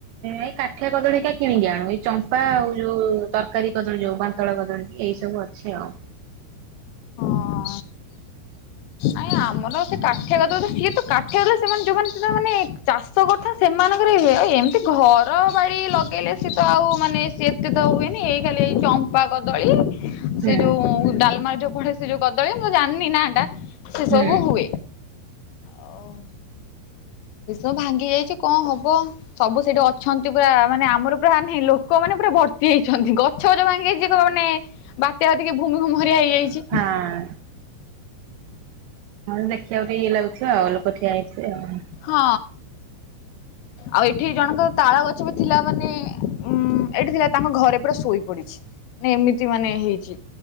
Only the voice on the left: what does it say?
ହଁ। ଆଏ ଆମର ସେ କାଠିଆ କଦଳୀ ତ ସିଏ ତ କାଠିଆ କଦଳୀ ସେମାନେ ଯୋଉମାନେ ସୁଦ୍ଧା ମାନେ ଚାଷ କଥା ସେମାନଙ୍କର ହୁଏ ଆଉ ଏମିତି ଘର ବାଡ଼ି ଲଗେଇଲେ ସିଏ ତ ଆଉ ମାନେ ସିଏ ଏତେ ତ ହୁଏନି ଏଇ ଖାଲି ଏଇ ଚମ୍ପା କଦଳୀ
ସେ ଯୋଉ ଡାଲମାରେ ଯୋଉ ପଡେ ସେ ଯୋଉ କଦଳୀ ମୁଁ ଜାଣନି ନାଁ ଟା ସେ
ସବୁ ହୁଏ। ଅମ୍ ଭୀଷଣ ଭାଙ୍ଗି ଯାଇଚି କଁ ହବ? ସବୁ ସେଇଟି ଅଛନ୍ତି ପୁରା ମାନେ ଆମର ପୁରା ଆନେ ଲୋକ ମାନେ ପୁରା ଭର୍ତ୍ତି ହେଇଛନ୍ତି। ଗ ଛୋଯ ଭାଙ୍ଗି ଯାଇଚି ଯିଏ କହିବ ମାନେ ବାତ୍ୟା ଟିକେ ଭୂମୁମୁମୁମରିଆ ହେଇଯାଇଚି।
ହଁ। ଆଉ ଏଠି ଜଣଙ୍କର ତାଳ ଗଛ ବି ଥିଲା ମାନେ ଉଁ ଏଠି ଥିଲା ତାଙ୍କ ଘରେ ପୁରା ଶୋଇ ପଡିଛି। ନା ଏମିତି ମାନେ ହେଇଚି